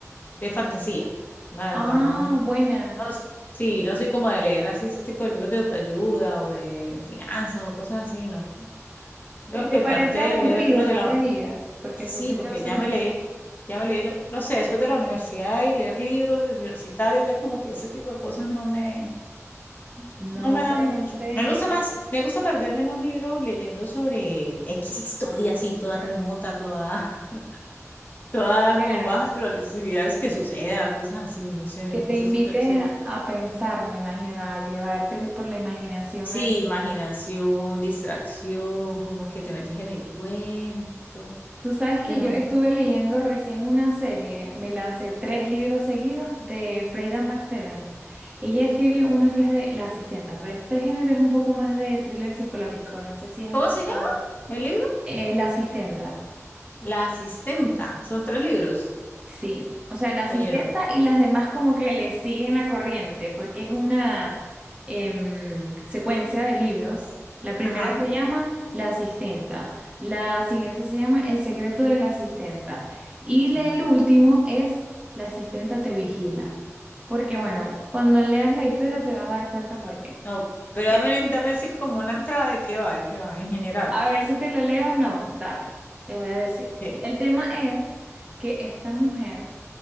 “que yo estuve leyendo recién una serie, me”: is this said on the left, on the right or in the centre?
Right